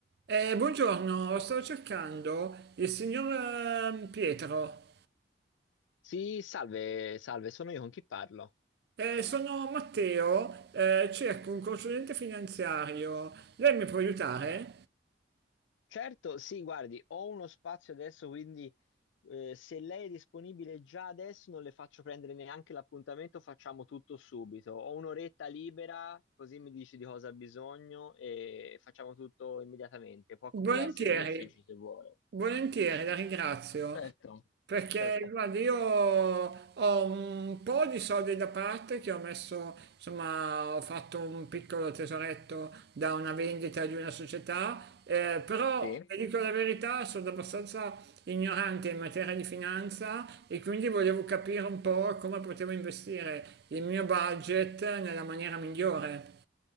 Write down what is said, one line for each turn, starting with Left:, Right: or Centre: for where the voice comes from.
Right: Eh, buongiorno, stavo cercando il signor ehm, Pietro.
Left: Sì, salve, salve, sono io con chi parlo.
Right: Eh, sono Matteo, eh, cerco un consulente finanziario. Lei mi può aiutare?
Left: Certo, sì, guardi, ho uno spazio adesso, quindi eh, se lei è disponibile già adesso non le faccio prendere neanche l'appuntamento, facciamo tutto subito. Ho un'oretta libera, così mi dici di cosa ha bisogno e facciamo tutto immediatamente. Può accomodarsi
Right: Volentieri,
Left: nel mio ufficio se vuole.
Right: volentieri, la ringrazio.
Left: Certo,
Right: Perché
Left: certo,
Right: guarda, io ho un po' di soldi da parte che ho messo, insomma, ho fatto un piccolo tesoretto da una vendita di una società, eh, però
Left: sì,
Right: vi dico la verità, sono abbastanza ignorante in materia di finanza e quindi volevo capire un po' come potevo investire il mio budget nella maniera migliore.